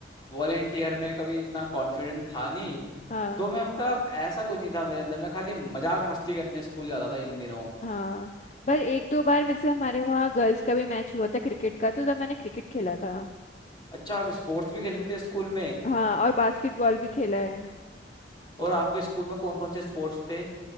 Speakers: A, on the left; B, on the left.
A: वॉलेंटियर में कभी इतना कॉन्फिडेंट था नहीं
B: हाँ
A: तो मैं मतलब ऐसा कुछ नहीं था मेरे अंदर मैं खाली मजाक मस्ती करने स्कूल जाता था इन दिनों
B: हाँ पर एक दो बार मुझसे हमारे वहाँ गर्ल्स का भी मैच हुआ था क्रिकेट का तो तब मैंने क्रिकेट खेला था
A: अच्छा आप स्पोर्ट्स भी खेलते थे स्कूल में
B: हाँ और बास्केटबॉल भी खेला है
A: और आपके स्कूल में कौन कौन से स्पोर्ट्स थे